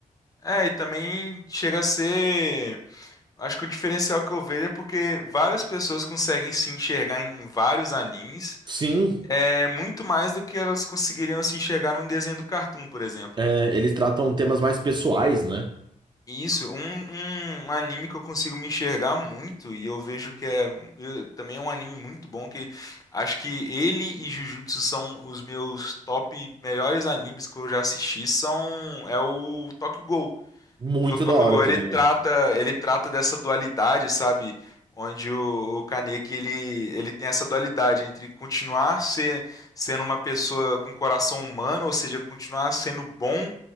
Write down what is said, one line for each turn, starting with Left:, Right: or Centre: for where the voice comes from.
Left: É, e também chega a ser. Acho que o diferencial que eu vejo é porque várias pessoas conseguem se enxergar em vários animes,
Right: Sim,
Left: é muito mais do que elas conseguiriam se enxergar num desenho do Cartoon, por exemplo.
Right: é, eles tratam temas mais pessoais, né?
Left: E Isso, um, um anime que eu consigo me enxergar muito, e eu vejo que é eu- também é um anime muito bom, que acho que ele e Jujutsu são os meus top melhores animes que eu já assisti, são é o Tokyo Ghoul.
Right: Muito
Left: que o Tokyo
Right: da hora
Left: Ghoul
Right: também,
Left: ele trata,
Right: velho.
Left: ele trata dessa dualidade, sabe? Onde o, o Kaneki ele, ele tem essa dualidade entre continuar ser, sendo uma pessoa com coração humano, ou seja, continuar sendo bom